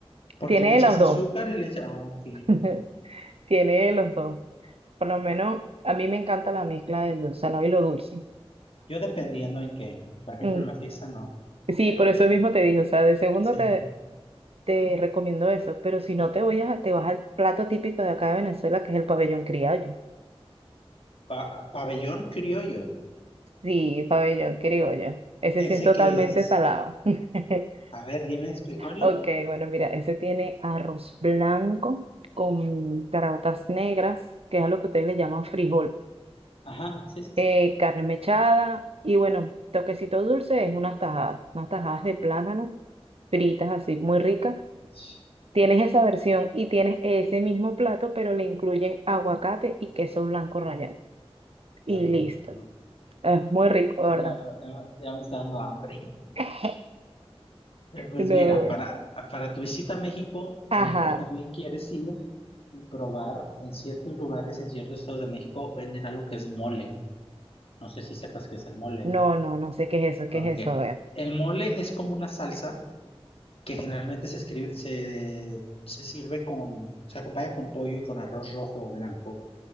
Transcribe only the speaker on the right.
Tiene
de los
dos.
<laughs> Tiene los dos. Por lo menos a mí me encanta la mezcla de lo salado y lo dulce.
Mm.
Sí,
por eso mismo te dije, o sea, de segundo
te, te recomiendo eso, pero si no te voy a, te vas al plato típico de acá de Venezuela, que es el pabellón criollo.
Sí, pabellón criollo. Ese
sí es totalmente
salado. <laughs>
Ok, bueno, mira, ese tiene arroz blanco con caraotas negras, que es a lo que ustedes le llaman frijol.
eh,
carne mechada y bueno, toquecito dulce es unas tajadas, unas tajadas de plátano fritas así, muy ricas.
Tienes esa versión y tienes ese mismo plato, pero le incluyen aguacate y queso blanco rallado. Y
listo. Es muy rico, ¿verdad?
<laughs>
No,
bueno.
Ajá.
No, no, no sé qué es eso, qué
es eso. A ver.